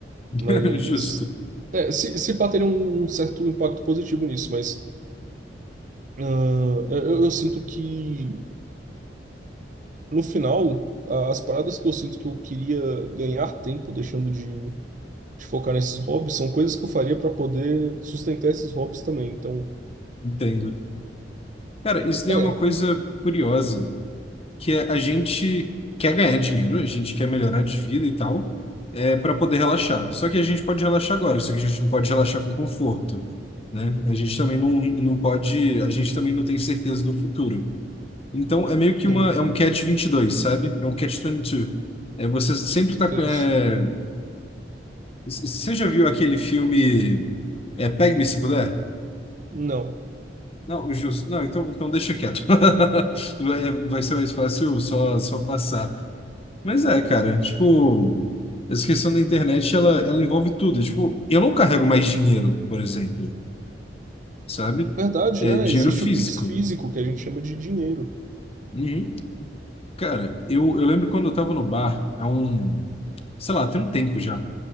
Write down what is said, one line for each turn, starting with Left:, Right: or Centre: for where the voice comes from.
Left: <laughs>
Right: Mas.
Left: Justo,
Right: É, se, se pá, teria um um certo impacto positivo nisso, mas. ah, eu, eu sinto que, no final, a- as paradas que eu sinto que eu queria ganhar tempo deixando de. de focar nesses hobbies, são coisas que eu faria para poder sustentar esses hobbies também. Então,
Left: entendo. Cara, isso daí
Right: É,
Left: é uma coisa curiosa, que é a gente quer ganhar dinheiro, a gente quer melhorar de vida e tal, é para poder relaxar. Só que a gente pode relaxar agora, só que a gente não pode relaxar com conforto, né? A gente também não, não pode, a gente também não tem certeza do futuro. Então é meio que uma,
Right: sim.
Left: é um catch 22 sabe? É um catch vinte e dois É, você sempre
Right: O que, que
Left: tá,
Right: que
Left: com-
Right: é
Left: é,
Right: isso?
Left: c- você já viu aquele filme é, Pegue-me se puder?
Right: Não.
Left: Não, justo. Não, então, então deixa quieto. <laughs> Vai, vai ser mais fácil só, só passar. Mas é, cara, tipo, essa questão da internet, ela, ela envolve tudo. Tipo, eu não carrego mais dinheiro, por exemplo, sabe?
Right: Verdade,
Left: É
Right: né?
Left: dinheiro
Right: Existe
Left: físico.
Right: o Pix físico, que a gente chama de dinheiro.
Left: Uhum. Cara, eu, eu lembro quando eu tava no bar, há um, sei lá, tem um tempo já.